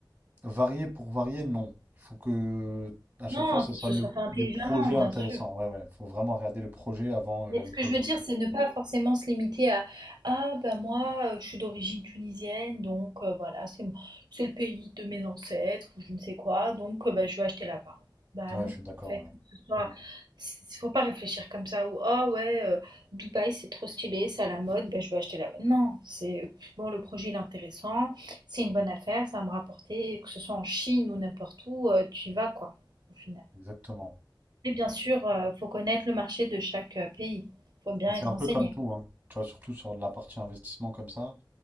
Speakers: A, on the right; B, on the right.
A: varier pour varier, non. Il faut que à chaque
B: Non,
A: fois, ce
B: il
A: soit
B: faut que ce
A: le-
B: soit fait intelligemment,
A: des projets
B: bien
A: intéressants.
B: sûr.
A: Ouais, ouais, faut vraiment regarder le projet avant euh,
B: Mais
A: la
B: ce
A: localisation.
B: que je veux dire, c'est ne pas forcément se limiter à ah ben moi euh, je suis d'origine tunisienne donc euh, voilà c'est m- c'est le pays de mes ancêtres ou je ne sais quoi donc euh, bah, je vais acheter là-bas. Bah
A: Ouais,
B: non
A: je
B: en
A: suis d'accord.
B: fait
A: ouais.
B: que ce soit
A: Mm,
B: c'est- faut pas réfléchir comme ça ou ah ouais euh, Dubaï c'est trop stylé c'est à la mode bah, je vais acheter là-bas. Non c'est bon le projet il est intéressant c'est une bonne affaire ça va me rapporter que ce soit en Chine ou n'importe où euh, tu y vas quoi au final.
A: Exactement.
B: Et bien sûr, heu, faut connaître le marché de chaque, heu, pays. Faut bien
A: Et c'est
B: être
A: un
B: renseigné.
A: peu comme tout, hein. Tu vois, surtout sur la partie investissement comme ça,